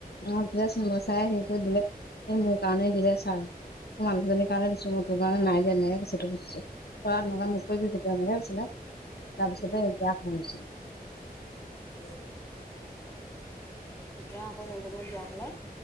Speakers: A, on the left (about 80°); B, on the left (about 15°).
A: অ দিলাচোন ব চাই সেই কৰি দিলে সেই মোৰ কাৰণে দিলে ছাৰ মোৰ মানুহজনীৰ কাৰণে দিছো মোৰ তোৰ কাৰণে নাই যে নাই তেনেকৈ কৈছে তইআও তেনেকুৱা নকৰিবি কেতিয়ালে গৈছিলে তাৰ পিছতে
B: অ
A: এতিয়া ফোন কৰিছিলে
B: উ এতিয়া আকৌ যেনে তেনে বিয়া হল